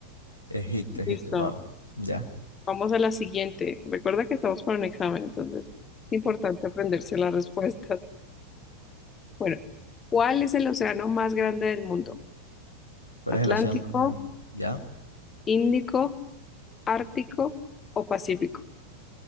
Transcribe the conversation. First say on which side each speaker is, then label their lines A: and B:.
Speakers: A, on the left; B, on the left.
A: Egipto, Egipto,
B: Listo.
A: wow. Ya.
B: Vamos a la siguiente. Recuerda que estamos para un examen, entonces es importante aprenderse las respuestas. Bueno, ¿cuál es el océano más grande del mundo?
A: ¿Cuál
B: ¿Atlántico,
A: es el océano más grande? Ya.
B: Índico, Ártico o Pacífico?